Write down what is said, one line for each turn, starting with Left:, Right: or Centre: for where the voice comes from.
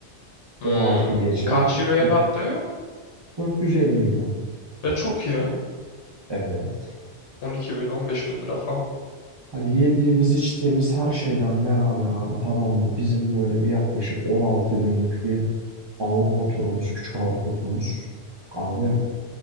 Left: Hmm,
Right: 16 gece
Left: kaç euroya
Right: dok-
Left: patlıyor?
Right: 450 euro.
Left: Ve çok iyi. ha.
Right: Evet.
Left: 12 bin, 15 bin lira falan.
Right: Hani yediğimiz içtiğimiz her şeyle beraber abi tamam mı? Bizim böyle bir yaklaşık 16 günlük bir Avrupa turumuz, küçük Avrupa turumuz. Abi